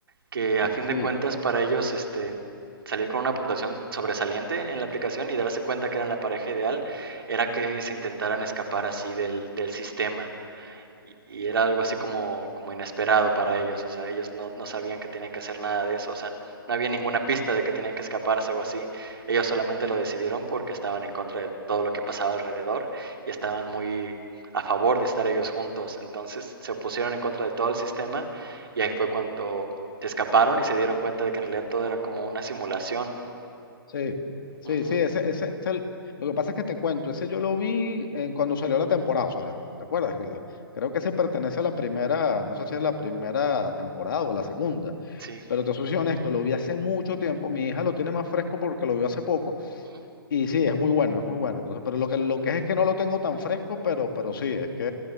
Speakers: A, on the right; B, on the left.
A: que a
B: Sí,
A: fin
B: sí,
A: de cuentas para ellos este, salir con una puntuación sobresaliente en, en la aplicación y darse cuenta que eran la pareja ideal era que se intentaran escapar así del, del sistema y, y era algo así como, como inesperado para ellos, o sea, ellos no, no sabían que tenían que hacer nada de eso, o sea, no había ninguna pista de que tenían que escaparse o así, ellos solamente lo decidieron porque estaban en contra de todo lo que pasaba alrededor y estaban muy a favor de estar ellos juntos, entonces se opusieron en contra de todo el sistema y ahí fue cuando se escaparon y se dieron cuenta de que en realidad todo era como una simulación.
B: sí, sí,
A: Ujú,
B: sí, ese, ese, ese- lo que pasa es que te cuento, ese yo lo vi eh, cuando salió la temporada, o sea, ¿te acuerdas? Que lo- Creo que ese pertenece a la primera, no sé si es la primera temporada o la segunda,
A: sí,
B: pero te soy honesto, lo vi hace mucho tiempo, mi hija lo tiene más fresco porque lo vio hace poco
A: ujú.
B: Y sí, es muy bueno, es muy bueno. Entonces, pero lo que, lo que es, es que no lo tengo tan fresco, pero, pero sí, es que